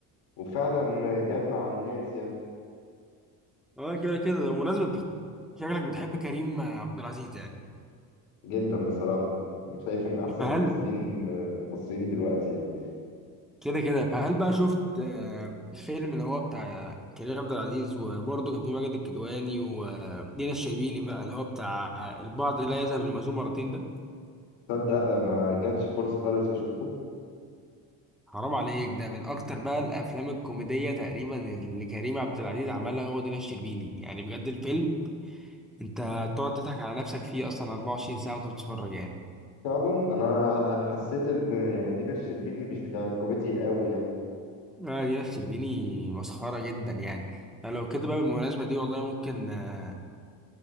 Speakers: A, on the left (about 80°); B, in the centre.
A: وفعلا جاب مع الناس يعني
B: اه كده كده بمناسبة شكلك بتحب كريم عبد العزيز يعني
A: جدا بصراحة شايفه من أحسن
B: فهل
A: الممثلين المصريين دلوقتي يعني
B: كده كده فهل بقى شفت آه، الفيلم اللي هو بتاع كريم عبد العزيز وبرضه كان في ماجد الكدواني ودينا الشربيني بقى اللي هو بتاع البعض لا يذهب للمأذون مرتين ده
A: تصدق ما جاتش فرصة خالص أشوفه
B: حرام عليك ده من اكتر بقى الافلام الكوميدية تقريبا اللي كريم عبد العزيز عملها هو دينا الشربيني يعني بجد الفيلم انت تقعد تضحك على نفسك فيه اصلا 24 ساعة وانت بتتفرج يعني
A: فعلا أنا حسيت إن يعني دينا الشربيني مش بتاعت كوميديا قوي يعني
B: آه، دينا الشربيني مسخرة جدا يعني فلو كده بقى بالمناسبة دي والله ممكن آه،